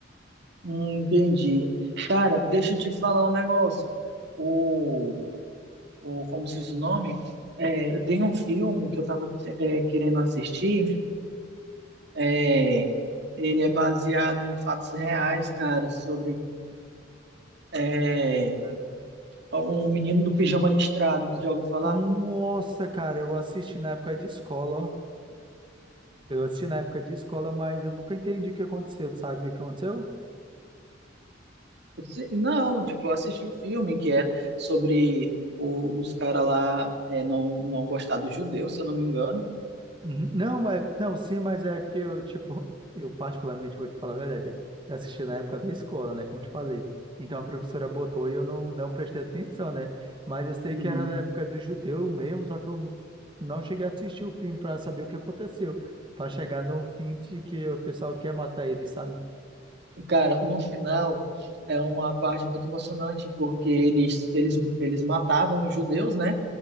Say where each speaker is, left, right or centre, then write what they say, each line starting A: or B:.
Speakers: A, on the right (about 60°); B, on the right (about 25°).
A: Hum, entendi. Cara, deixa eu te falar um negócio. O, o como se diz o nome? É, eu tenho um filme que eu estava querendo assistir. É, ele é baseado em fatos reais, cara, sobre é,
B: Ah,
A: um menino do pijama listrado. Tu já ouviu falar?
B: Nossa, cara, eu assisti na época de escola, ó. Eu assisti na época de escola, mas eu nunca entendi o que aconteceu. Tu sabe o que aconteceu?
A: Se- Não, tipo, eu assisti um filme que é sobre o- os caras lá é, não, não gostar dos judeus, se eu não me engano.
B: Uhum. Não, mas não, sim, mas é que eu, tipo, <laughs> eu particularmente vou te falar a verdade. Eu assisti na época da escola, né? Como te falei. Então a professora botou e eu não, não prestei atenção, né? Mas eu sei
A: Uhum.
B: que era da época do judeu mesmo, só que eu n- não cheguei a assistir o filme pra saber o que aconteceu. Pra chegar no fim de que o pessoal quer matar ele, sabe?
A: Cara, no final é uma parte muito emocionante, porque eles, eles, eles matavam os judeus, né?